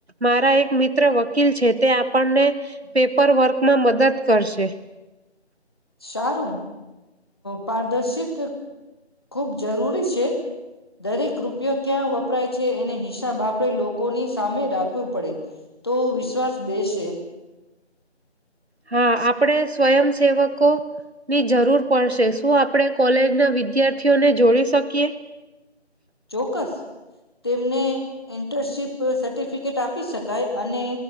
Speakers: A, on the right; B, on the left.
A: મારા એક મિત્ર વકીલ છે, તે આપણને પેપર વર્કમાં મદદ કરશેે.
B: ચારું પારદર્શિત ખૂબ જરૂરી છે, દરેક રૂપિયો ક્યાં વપરાય છે, એને હિસાબ આપણે લોકોની સામે રાખવું પડે. તો વિશ્વાસ <unintelligible>
A: હા આપણે સ્વયંસેવકો ની જરૂર પડશે શું આપણે કોલેજના વિદ્યાર્થીઓને જોડી શકીએ.
B: ચોક્કસ તેમને ઇન્ટર્નશીપ. સર્ટિફિકેટ આપી શકાય અને